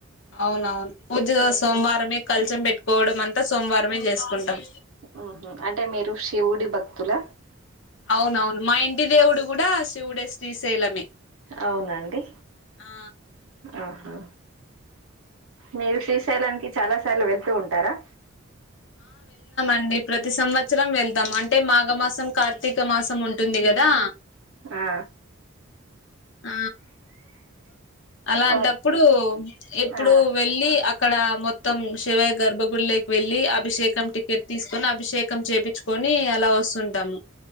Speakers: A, on the left; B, on the right.
A: అవునవును పూజ సోమవారమే కల్సం పెట్టుకోవడం అంతా సోమవారం <unintelligible> చేసుకుంటాం
B: ఉహ అంటే మీరు శివుడి భక్తుల
A: అవునవును మా ఇంటి దేవుడు కూడా శివుడే శ్రీశైలమే
B: అవునండి
A: ఆ
B: ఆహా మీరు శ్రీశైలానికి చాలా సార్లు వెళ్తూ ఉంటారా
A: అండి ప్రతి సంవత్సరం వెళ్తాం అంటే మాఘమాసం కార్తీక మాసం ఉంటుంది కదా
B: ఆ
A: ఆ అలాంటప్పుడు
B: ఓ
A: ఎప్పుడు
B: ఆ
A: వెళ్ళి అక్కడ మొత్తం శివయ గర్భగుడిలోకి వెళ్లి అభిషేకం టికెట్ తీసుకొని అభిషేకం చేయించుకొని అలా వస్తుంటాము